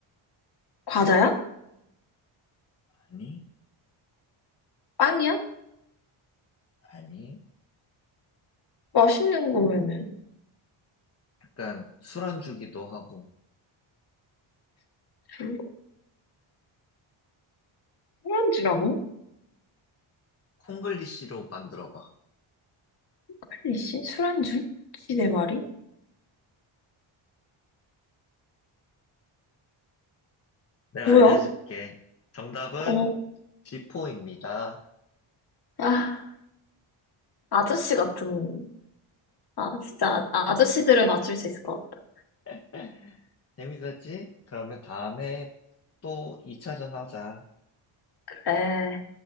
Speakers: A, on the left (about 50°); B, on the left (about 30°).
A: 과자야?
B: 아니,
A: 빵이야?
B: 아니.
A: 맛있는 거면은.
B: 약간 술안주기도 하고.
A: 술- 술안주라고?
B: 콩글리시로 만들어봐.
A: 아니씨, 술안주? 지 네 마리?
B: 내가
A: 뭐야?
B: 알려줄게. 정답은
A: 어,
B: 쥐포입니다.
A: 아. 아저씨 같은, 아, 진짜 아- 아저씨들을 맞출 수 있을 것 같다.
B: <laughs> 재밌었지? 그러면 다음에 또 2차전 하자.
A: 그래.